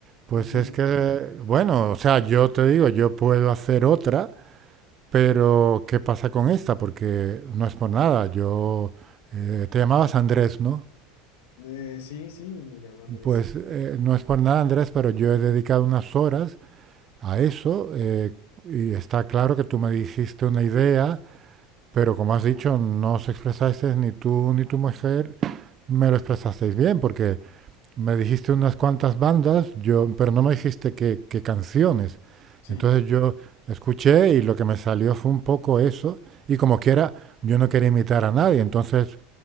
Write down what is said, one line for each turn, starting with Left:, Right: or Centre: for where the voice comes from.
Right: pues
Left: dime.
Right: es que, bueno, o sea, yo te digo, yo puedo hacer otra, pero ¿qué pasa con esta? Porque no es por nada. Yo eh, te llamabas Andrés, ¿no?
Left: Eh, sí, sí, me llamo Andrés,
Right: Pues
Left: sí,
Right: eh,
Left: Tony.
Right: no es por nada, Andrés, pero yo he dedicado unas horas a eso eh, y está claro que tú me dijiste una idea, pero como has dicho, no os expresasteis ni tú ni tu mujer me lo expresasteis bien, porque me dijiste unas cuantas bandas, yo, pero no me dijiste qué, qué canciones.
Left: Sí.
Right: Entonces yo escuché y lo que me salió fue un poco eso, y como quiera, yo no quería imitar a nadie, entonces